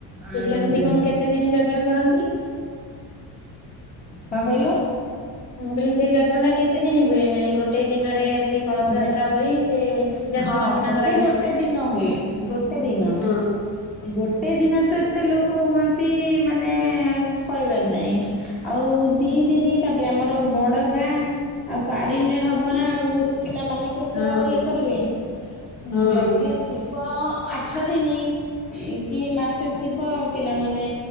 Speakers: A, on the left; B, on the left.
A: ଆଉ
B: ସେ କେମିତି କଣ କେତେ ଦିନ ଯଜ୍ଞ କରନ୍ତି।
A: କଣ କହିଲେ?
B: ମୁଁ କହିଲି ସେଇ ଯଜ୍ଞ ଟା କେତେ ଦିନ ହୁଏ? ନାହିଁ ଗୋଟେ ଦିନରେ ସେ କଳସ
A: ନେ-ହଁ,
B: ଯାତ୍ରା ହୋଇ ପୂଜା ସମାପନ
A: ସେ
B: କରାଯାଏନି।
A: ସେଇ ଗୋଟେ ଦିନ ହୁଏ ଗୋଟେ ଦିନ।
B: ହଁ
A: ଗୋଟେ ଦିନ ତ ଏତେ ଲୋକ ହୁଅନ୍ତି ମାନେ କହିବାର ନାହିଁ। ଆଉ ଦି ଦିନି ତାପରେ ଆମର ବଡ ଗାଁ, ଆଉ ପାରିଲେ ହବନା ଆଉ। ପିଲାମାନେ କେତେ
B: ହଁ
A: ଆଉ ଇଏ କରିବେ? ହୁଁ,
B: ହଁ
A: ଯଜ୍ଞ ଥିବ ଆଠ ଦିନି ଏଇ କି ମାସେ ଥିବ ପିଲାମାନେ